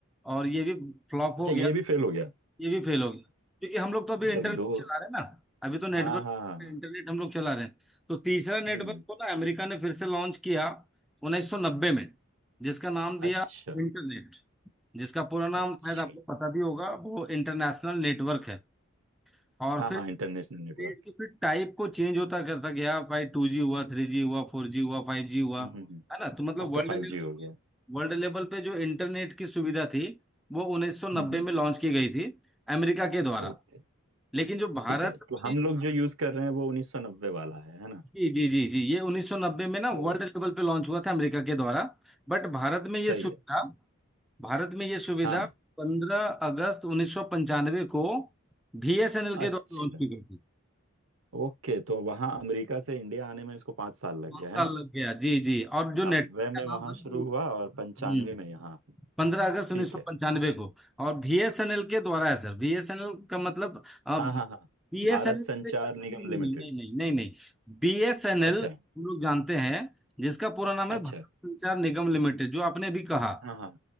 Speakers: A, in the centre; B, on the right.
A: और ये भी फ्लॉप हो
B: अच्छा
A: गया
B: ये भी फेल हो गया
A: ये भी फेल हो गया क्योंकि हम लोग तो अभी
B: मतलब
A: इंटरनेट
B: दो
A: चला रहे हैं ना अभी तो नेटवर्क
B: हाँ हाँ हाँ हाँ।
A: इंटरनेट हम लोग चला रहे हैं तो तीसरा नेटवर्क
B: हम्म
A: को ना अमेरिका ने फिर से लॉन्च किया 1990 में जिसका नाम दिया
B: अच्छा
A: इंटरनेट जिसका पूरा नाम
B: अच्छा
A: शायद आपको पता भी होगा वो इंटरनेशनल नेटवर्क है और
B: हाँ
A: फिर
B: हाँ इंटरनेशनल नेटवर्क
A: नेट के फिर टाइप को चेंज होता करता गया भाई टू जी हुआ थ्री जी हुआ फोर जी हुआ फाइव जी हुआ
B: हम्म हम्म हम्म।
A: है ना तो मतलब
B: अब
A: वर्ल्ड
B: तो फाइव
A: लेवल
B: जी हो गया है।
A: वर्ल्ड लेवल पे जो इंटरनेट की सुविधा थी वो 1990
B: हम्म हम्म
A: में लॉन्च की गई थी अमेरिका के द्वारा
B: ओके
A: लेकिन जो भारत
B: ठीक है तो
A: में
B: हम लोग जो यूज कर रहे हैं वो उन्नीस सौ नब्बे वाला है है ना
A: जी जी जी जी ये 1990 में ना
B: ओ
A: वर्ल्ड लेवल पे लॉन्च हुआ था अमेरिका के द्वारा बट भारत में ये
B: सही
A: सुविधा
B: है
A: भारत में ये सुविधा
B: हाँ
A: 15 अगस्त 1995 को बीएसएनएल
B: अच्छा
A: के द्वारा लॉन्च की गई थी
B: ओके तो वहाँ अमेरिका से इंडिया आने में इसको पाँच साल लग
A: पांच
B: गया है
A: साल
B: ना
A: लग गया जी जी और जो नेटवर्क
B: नब्बे
A: का
B: में
A: नाम
B: वहाँ
A: था जो-
B: शुरू हुआ और पंचानवे
A: हम्म
B: में यहाँ
A: पंद्रह अगस्त
B: ठीक
A: उन्नीस सौ
B: है
A: पंचानवे को और बीएसएनएल के द्वारा है सर बीएसएनएल का मतलब
B: हाँ हाँ हाँ
A: बीएसएनएल
B: भारत संचार
A: नहीं
B: निगम
A: नहीं
B: लिमिटेड
A: नहीं नहीं नहीं नहीं बीएसएनएल
B: अच्छा
A: हम लोग जानते हैं जिसका पूरा नाम
B: अच्छा
A: है भारत संचार निगम लिमिटेड जो आपने अभी कहा
B: हाँ हाँ